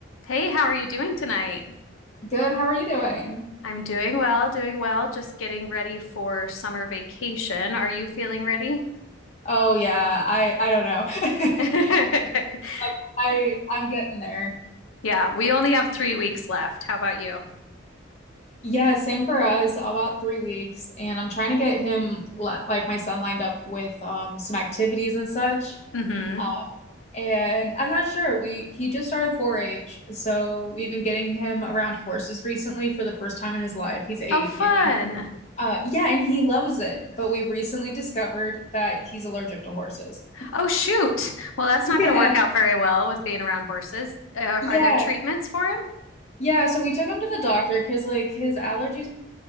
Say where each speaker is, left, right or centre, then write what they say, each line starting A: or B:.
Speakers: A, on the left; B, on the left.
A: Hey, how are you doing tonight?
B: Good. How are you doing?
A: I'm doing well, doing well, just getting ready for summer vacation. Are you feeling ready?
B: Oh yeah, I I don't know.
A: <laughs>
B: <laughs> I I- I'm getting there.
A: Yeah, we only have three weeks left. How about you?
B: Yeah, same for us. About three weeks, and I'm trying to get him li- like my son lined up with um some activities and such.
A: Mm-hmm.
B: um, And I'm not sure. We he just started 4-H, so we've been getting him around horses recently for the first time in his life. He's eight,
A: Oh, fun.
B: you know. Uh, yeah, and he loves it. But we recently discovered that he's allergic to horses.
A: Oh, shoot. Well, that's
B: <laughs> Yeah,
A: not going to work out very well with being around horses. Are,
B: yeah.
A: are there treatments for him?
B: Yeah, so we took him to the doctor because like his allergies